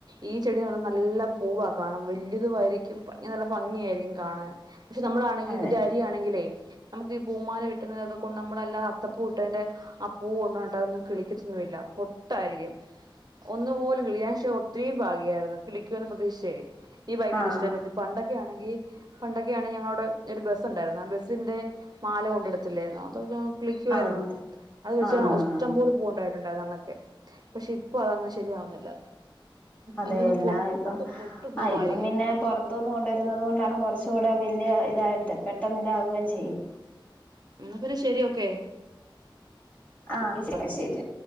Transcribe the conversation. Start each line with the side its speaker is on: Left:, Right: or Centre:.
Right: ഈ ചെടി ന്ന് പറഞ്ഞാ നല്ല പൂവാ കാണാം വലുതു ആയിരിക്കും <unintelligible> നല്ല ഭംഗിയായിരിക്കും കാണാൻ പക്ഷെ നമ്മളാണെങ്കി
Left: അതെ
Right: ഇതിന്റെ അരിയാണെങ്കിലേ നമുക്ക് ഈ പൂമാല കിട്ടുന്നതൊക്ക കൊണ്ട് നമ്മള് അല്ലാ അത്തപ്പൂ ഇട്ടതിൻ്റെ ആ പൂവ് ഒന്ന് നട്ടതൊന്നും <unintelligible> ഇല്ലാ പൊ ട്ടായിരിക്കും ഒന്നുപോലും കിളിയാശെ ഒത്ത്‌രീം ഭാഗിയായ്ര്ന്നു കിളിക്കോന്ന് പ്രതീക്ഷിച്ചേ ഈ ഭയങ്കര
Left: ആഹ്
Right: ഇഷ്ടാ ഈ ബന്തി പണ്ടൊക്കെ ആണെങ്കി പണ്ടൊക്കെ ആണെങ്കി ഞങ്ങളവിടെ ഒരു ബസ് ഒണ്ടാരുന്നു ആ ബസ്സിന്റെ മാല കൊണ്ടിടത്തില്ലായിരുന്നോ അതൊക്കെ ആണ് കിളിക്കു
Left: ആഹ്
Right: ആയിരുന്നു
Left: അതെ
Right: അത് വെച്ച്
Left: ആഹ്
Right: ഇഷ്ടം പോലെ പൂവൊണ്ടായിട്ടുണ്ട് അന്നക്കെ പക്ഷെ ഇപ്പൊ അതങ്ങ് ശരിയാവുന്നില്ല
Left: അതെ
Right: എനിക്കൊന്ന്
Left: എല്ലാം
Right: പൊട്ട്
Left: ഇപ്പം
Right: പൊട്ട് പൂവായിരിക്കും
Left: ആഹ് ഇപ്പം പിന്നെ പൊറത്ത് ത്തുന്ന് കൊണ്ടുവരുന്നുന്നത് കൊണ്ടാണ് കൊറച്ച് കൂടെ വലിയ ഇതായിട്ട് പെട്ടെന്ന് ഇതാവുകയും ചെയ്യും
Right: ന്നാ പിന്നെ ശെരി ഓക്കെ
Left: ആഹ് ശരി ശരി